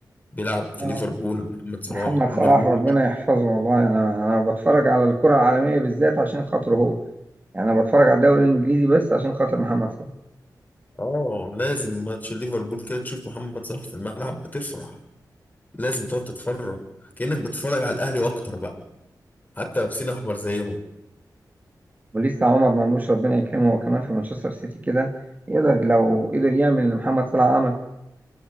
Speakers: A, on the left (about 25°); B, on the right (about 25°).
A: بيلعب في
B: اه
A: ليفربول محمد صلاح
B: محمد
A: ومرموش
B: صلاح ربنا يحفظه والله انا انا بتفرج على الكرة العالمية بالذات عشان خاطره هو يعني انا بتفرج على الدوري الانجليزي بس عشان خاطر محمد صلاح
A: اه لازم ماتش ليفربول كده تشوف محمد صلاح في الملعب بتفرح لازم تقعد تتفرج كأنك بتتفرج على الاهلي واكتر بقى حتى لابسين احمر زيهم
B: ولسه عمر مرموش ربنا يكرمه هو كمان في مانشستر سيتي كده يقدر لو قدر يعمل اللي محمد صلاح عمل